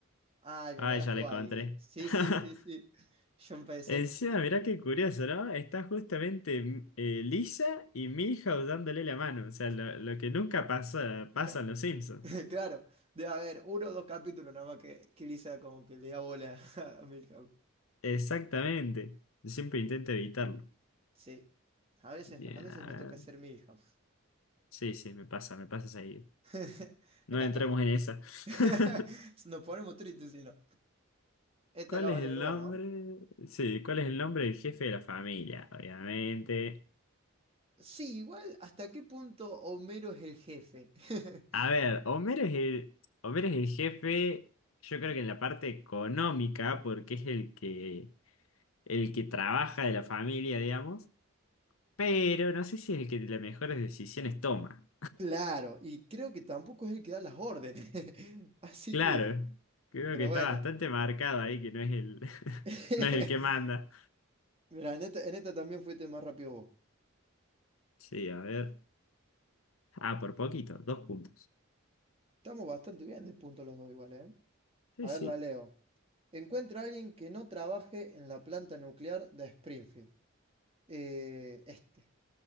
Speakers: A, on the right (about 30°); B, on the left (about 80°).
A: Ay, me
B: Ay,
A: ganaste
B: ya le
A: vos
B: encontré.
A: ahí. ¿eh? Sí,
B: <laughs>
A: sí, sí, sí. Yo empecé.
B: Encima, mirá qué curioso, ¿no? Está justamente eh, Lisa y Milhouse dándole la mano. O sea, lo, lo que nunca pasa, pasa
A: ca-
B: en los Simpsons.
A: <laughs> Claro, debe haber uno o dos capítulos nomás que, que Lisa como que le da bola <laughs> a Milhouse.
B: Exactamente. Yo siempre intento evitarlo.
A: Sí, a veces,
B: Bien,
A: a veces
B: a
A: me
B: ver.
A: toca hacer Milhouse.
B: Sí, sí, me pasa, me pasa seguido.
A: <laughs>
B: No
A: Mira,
B: entremos
A: acá
B: en esa.
A: <laughs>
B: <laughs>
A: nos ponemos tristes si no. Esta
B: ¿Cuál
A: la
B: es
A: va a
B: el
A: leer
B: nombre?
A: vos, ¿no?
B: Sí, ¿cuál es el nombre del jefe de la familia? Obviamente.
A: Sí, igual, ¿hasta qué punto Homero es el jefe? <laughs>
B: A ver, Homero es el, Homero es el jefe, yo creo que en la parte económica, porque es el que, el que trabaja de la familia, digamos, pero no sé si es el que las mejores decisiones toma.
A: Claro, y creo que tampoco es el que da las órdenes. <laughs> Así
B: Claro,
A: que,
B: creo
A: pero
B: que está
A: bueno.
B: bastante marcado ahí que no es el, <laughs>
A: <laughs>
B: no es el que manda.
A: Mira, en esta, en esta también fuiste más rápido vos.
B: Sí, a ver. Ah, por poquito, dos puntos.
A: Estamos bastante bien de punto los dos igual, ¿eh?
B: Sí,
A: A
B: sí.
A: ver, la leo. Encuentra a alguien que no trabaje en la planta nuclear de Springfield. Eh, este.